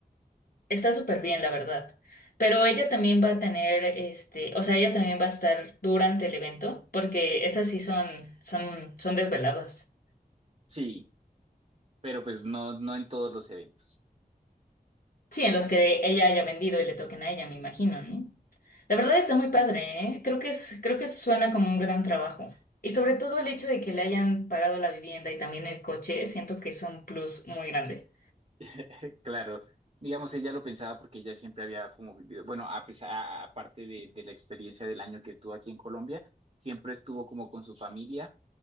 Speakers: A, on the left; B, on the right.
A: Está súper bien, la verdad. Pero ella también va a tener, este, o sea, ella también va a estar durante el evento, porque esas sí son, son, son desveladas.
B: Sí. pero pues no, no en todos los eventos.
A: Sí, en los que ella haya vendido y le toquen a ella, me imagino, ¿no? La verdad está muy padre, ¿eh? Creo que es, creo que suena como un gran trabajo. Y sobre todo el hecho de que le hayan pagado la vivienda y también el coche, siento que es un plus muy grande.
B: <laughs> Claro, digamos, ella lo pensaba porque ella siempre había como vivido, bueno, a pesar, a- aparte de, de la experiencia del año que estuvo aquí en Colombia, siempre estuvo como con su familia,